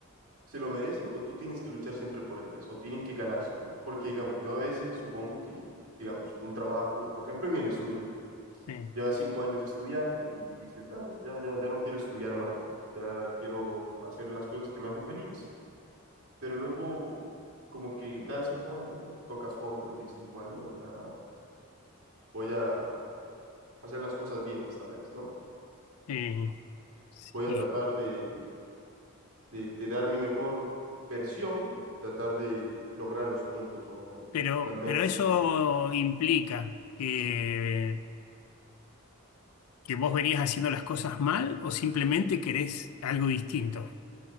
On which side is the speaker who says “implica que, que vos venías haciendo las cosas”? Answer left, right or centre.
Left